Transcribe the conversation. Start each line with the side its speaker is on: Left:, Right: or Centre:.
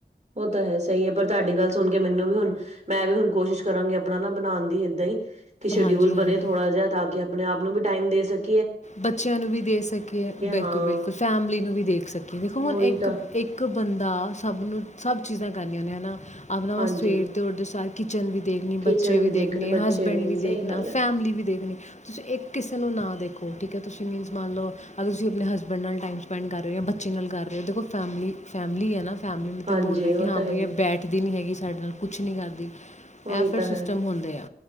Right: ਉਹ ਤਾਂ ਹੈ ਸਈ ਐ ਪਰ ਤੁਹਾਡੀ ਗੱਲ ਸੁਣ ਕੇ ਮੈਨੂੰ ਵੀ ਹੁਣ ਮੈਂ ਵੀ ਹੁਣ ਕੋਸ਼ਿਸ਼ ਕਰਾਂਗੀ ਆਪਣਾ ਨਾ ਬਣਾਉਣ ਦੀ ਏਦਾਂ ਈ ਕਿ ਸ਼ਡਿਊਲ
Left: ਹਾਂਜੀ ਹਾਂਜੀ
Right: ਬਣੇ ਥੋੜਾ ਜਾ ਤਾਂ ਕੀ ਆਪਣੇ ਆਪ ਨੂੰ ਵੀ ਟਾਈਮ ਦੇ ਸਕ
Left: ਬੱਚਿਆਂ ਨੂੰ ਵੀ ਦੇ ਸਕੇ, ਬਿਲਕੁਲ-ਬਿਲਕੁਲ
Right: ਹਾਂ
Left: ਫੈਮਿਲੀ ਨੂੰ ਵੀ ਦੇਖ ਸਕੇ। ਕਿ ਦੇਖੋ ਹੁਣ
Right: ਉਹੀ
Left: ਇੱਕ
Right: ਤਾਂ
Left: ਇੱਕ ਬੰਦਾ ਸਭ ਨੂੰ ਸਭ ਚੀਜ਼ਾਂ ਕਰਨੀਆਂ ਹੁੰਦੀ ਆ ਨਾ। ਆਪਣਾ
Right: ਹਾਂਜੀ
Left: ਬਸ ਸਵੇਰ ਦੇ ਉੱਠਦੇ ਸਾਰ ਕਿਚਨ ਵੀ ਦੇਖਣੀ, ਬੱਚੇ
Right: ਕਿਚਨ
Left: ਵੀ ਦੇਖਣੇ,
Right: ਦੇਖਣ ਬੱਚੇ
Left: ਹਸਬੈਂਡ ਵੀ ਦੇਖਣਾ,
Right: ਸਹੀ ਗੱਲ ਹੈ
Left: ਫੈਮਿਲੀ ਵੀ ਦੇਖਣੀ ਤੁਸੀਂ ਇੱਕ ਕਿਸੇ ਨੂੰ ਨਾ ਦੇਖੋ। ਠੀਕ ਐ, ਤੁਸੀਂ ਮੀਨਸ ਮੰਨ ਲਓ ਅਗਰ ਤੁਸੀਂ ਆਪਣੇ ਹਸਬੈਂਡ ਨਾਲ ਟਾਈਮ ਸਪੈਂਡ ਕਰ ਰਿਓ ਜਾਂ ਬੱਚੇ ਨਾਲ ਕਰ ਰਹੇ ਹੋ ਦੇਖੋ ਫੈਮਿਲੀ ਫੈਮਲੀ ਐ ਨਾ ਫੈਮਿਲੀ ਨੇ
Right: ਹਾਂਜੀ
Left: ਤੇ ਬੋਲਣਾ
Right: ਉਹ
Left: ਕਿ ਹਾਂ
Right: ਤਾਂ ਹੈ
Left: ਬਈ
Right: ਹੀ
Left: ਇਹ ਬੈਠਦੀ ਨੀ ਹੈਗੀ ਸਾਡੇ ਨਾਲ ਕੁੱਛ ਨੀ ਕਰਦੀ। ਇਹ
Right: ਉਹੀ
Left: ਫਿਰ
Right: ਤਾਂ ਹੈ
Left: ਸਿਸਟਮ ਹੁੰਦੇ ਆ